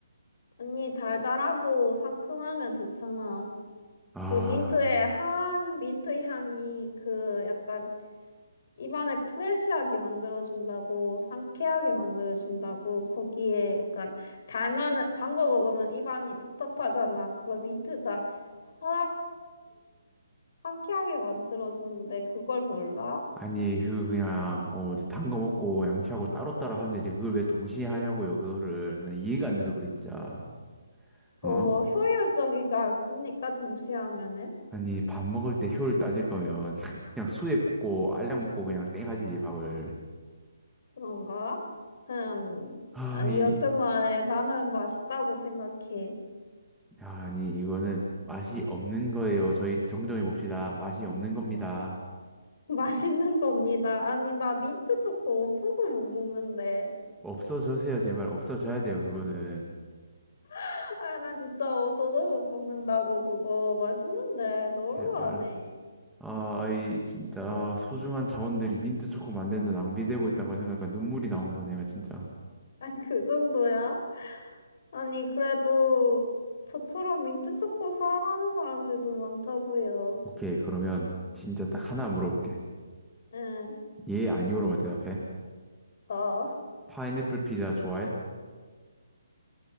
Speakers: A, on the left; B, in the centre.
A: 언니 달달하고 상큼하면 좋잖아.
B: 아,
A: 그 민트의 한 민트 향이 그 약간 입안을 프레쉬하게 만들어준다고, 상쾌하게 만들어준다고, 거기에 약간 달면은, 단거 먹으면 입안이 텁텁하잖아. 그걸 민트가 확 상쾌하게 만들어주는데 그걸 몰라?
B: 아니, 그, 그냥, 어, 단 거 먹고 양치하고 따로따로 하면 되지. 그걸 왜 동시에 하냐고요, 그거를. 이해가 안 돼서 그래, 진짜.
A: 어,
B: 어?
A: 효율적이지 않습니까? 동시에 하면은?
B: 아니, 밥 먹을 때 효율 따질 거면 <laughs> 그냥 수액 꽂고 알약 먹고 그냥 땡 하지, 밥을.
A: 그런가? 음,
B: 아,
A: 아니,
B: 이,
A: 여튼 간에 나는 맛있다고 생각해.
B: 아, 아니, 이거는 맛이 없는 거예요. 저희 정정해 봅시다. 맛이 없는 겁니다.
A: <laughs> 맛있는 겁니다. 아니, 나 민트 초코 없어서 못 먹는데.
B: 없어져세요, 제발. 없어져야 돼요, 그거는.
A: <laughs> 아, 나 진짜 없어서 못 먹는다고 그거 맛있는데 너무하네.
B: 제발. 아, 이 진짜 소중한 자원들이 민트 초코 만드는데 낭비되고 있다는 걸 생각하니까 눈물이 나온다, 내가 진짜.
A: 아니, 그 정도야? 아니, 그래도 저처럼 민트 초코 사랑하는 사람들도 많다고요.
B: 오케이, 그러면 진짜 딱 하나 물어볼게.
A: 응,
B: 예, 아니오로만 대답해.
A: 어.
B: 파인애플 피자 좋아해?